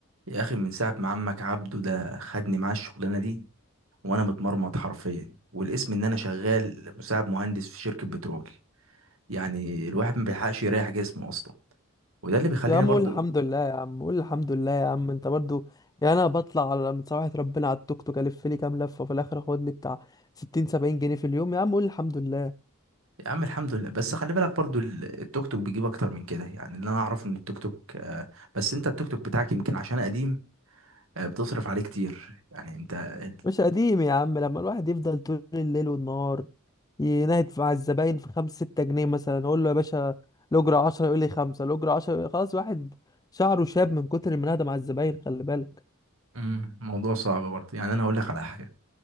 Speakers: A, on the right; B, on the left.
A: يا اخي من ساعه ما عمك عبده ده خدني معاه الشغلانه دي وانا متمرمط حرفيا والاسم ان انا شغال مساعد مهندس في شركه بترول يعني الواحد ما بيلحقش يريح جسمه اصلا وده اللي بيخليني
B: يا عم
A: برضو
B: قول الحمد لله يا عم قول الحمد لله يا عم انت برضو يعني انا بطلع على من سماحة ربنا على التوك توك الف لي كام لفه وفي الاخر اخد لي بتاع 60 70 جنيه في اليوم يا عم قول الحمد لله
A: يا عم الحمد لله بس خلي بالك برضو ال- التوك توك بيجيب اكتر من كده يعني اللي انا اعرفه ان التوك توك آه، بس انت التوك توك بتاعك يمكن عشان قديم آه، بتصرف عليه كتير يعني انت ال-
B: مش قديم يا عم لما الواحد يفضل طول الليل والنهار ينهد مع الزباين في 5 6 جنيه مثلا اقول له يا باشا الاجره 10 يقول لي 5 الاجره 10 خلاص واحد شعره شاب من كتر المناهده مع الزباين خلي بالك
A: مم، الموضوع صعب برضه يعني انا هقول لك على حاجه